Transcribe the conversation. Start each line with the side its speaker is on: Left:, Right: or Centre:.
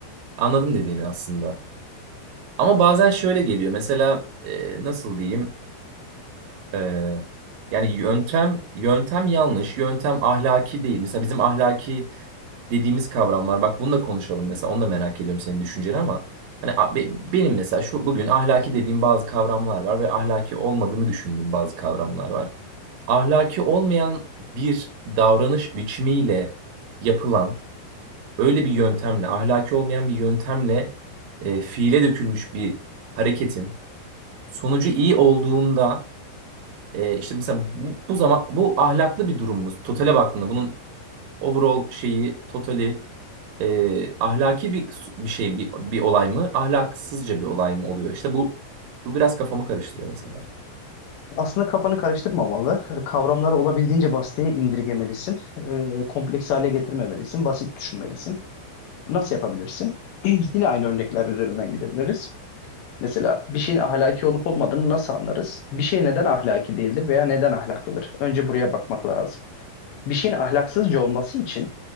Right: anladım dediğini aslında. Ama bazen şöyle geliyor. Mesela e, nasıl diyeyim? E, yani yöntem yöntem yanlış, yöntem ahlaki değil. Mesela bizim ahlaki dediğimiz kavram var. Bak bunu da konuşalım mesela. Onu da merak ediyorum senin düşünceni ama hani a- be- benim mesela şu bugün ahlaki dediğim bazı kavramlar var ve ahlaki olmadığını düşündüğüm bazı kavramlar var. Ahlaki olmayan bir davranış biçimiyle yapılan öyle bir yöntemle, ahlaki olmayan bir yöntemle e, fiile dökülmüş bir hareketin sonucu iyi olduğunda e, işte mesela bu, bu zaman bu ahlaklı bir durumumuz. Totale baktığında bunun overall şeyi totali e, ahlaki bir bir şey bir, bir olay mı ahlaksızca bir olay mı oluyor? İşte bu bu biraz kafamı karıştırıyor mesela.
Left: aslında kafanı karıştırmamalı. Kavramları olabildiğince basite indirgemelisin. E, kompleks hale getirmemelisin. Basit düşünmelisin. Nasıl yapabilirsin? <clears throat> Yine aynı örnekler üzerinden gidebiliriz. Mesela bir şeyin ahlaki olup olmadığını nasıl anlarız? Bir şey neden ahlaki değildir veya neden ahlaklıdır? Önce buraya bakmak lazım. bir şeyin ahlaksızca olması için